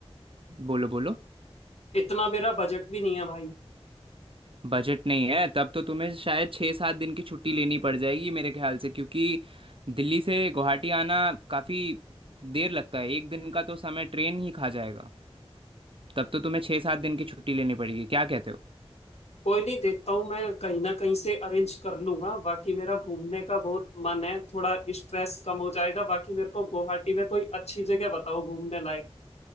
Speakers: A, on the right; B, on the left.
A: बोलो बोलो
B: इतना मेरा बजट भी नहीं है भाई
A: बजट नहीं है तब तो तुम्हें शायद छः सात दिन की छुट्टी लेनी पड़ जाएगी मेरे ख्याल से क्योंकि दिल्ली से गुवाहाटी आना काफ़ी देर लगता है एक दिन का तो समय ट्रेन ही खा जाएगा तब तो तुम्हें छः सात दिन की छुट्टी लेनी पड़ेगी क्या कहते हो
B: कोई नहीं देखता हूँ मैं कहीं ना कहीं से अरेंज कर लूंगा बाकी मेरा घूमने का बहुत मन है थोड़ा स्ट्रेस कम हो जाएगा बाकी मेरे को गुवाहाटी में कोई अच्छी जगह बताओ घूमने लायक